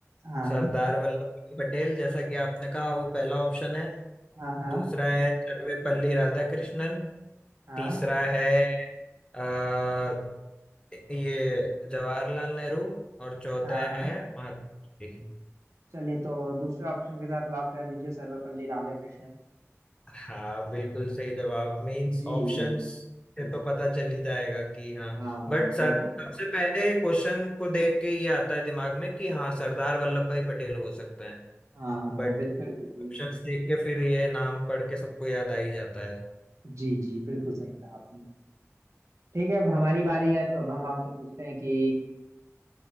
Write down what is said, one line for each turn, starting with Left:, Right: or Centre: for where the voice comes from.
Right: हाँ
Left: सरदार वल्लभ भाई पटेल जैसा कि आपने कहा वो पहला ऑप्शन है
Right: हाँ हाँ
Left: दूसरा है सर्वपल्ली राधाकृष्णन
Right: हाँ
Left: तीसरा है अ, ये जवाहरलाल नेहरू और चौथे
Right: हाँ हाँ हाँ
Left: हैं महात्मा गांधी
Right: चलिए तो दूसरे ऑप्शन के साथ लॉक कर दीजिए सर्वपल्ली राधाकृष्णन
Left: हाँ बिल्कुल सही जवाब मींस
Right: जी
Left: ऑप्शंस से तो पता चल ही जाएगा कि हाँ
Right: हाँ
Left: बट सर
Right: वो
Left: सबसे पहले क्वेश्चन को देख के ये आता है दिमाग में कि हाँ सरदार वल्लभ भाई पटेल हो सकते हैं
Right: हाँ हाँ
Left: बट
Right: हाँ बिल्कुल बिल्कुल
Left: ऑप्शंस देख के फिर ये नाम पढ़ के सबको याद आ ही जाता है
Right: जी जी बिल्कुल सही कहा आपने ठीक है अब हमारी बारी है तो अब हम आपसे पूछते हैं कि